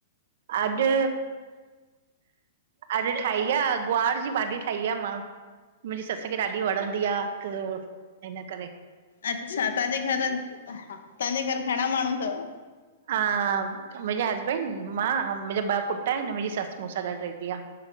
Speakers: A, on the right; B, on the left.
A: अॼु अॼु ठाही आ गुआर जी भाॼी ठाही आ मां मुंहिंजी सस खे ॾाढी वणंदी आहे त हिन करे।
B: अच्छा तव्हांजे घर हा तव्हांजे घर घणा माण्हू अथव।
A: ह मुंहिंजे हसबैंड। मां मुंहिंजा ॿ पुट आहिन मुंहिंजी ससु मूंसां गॾु रहंदी आहे।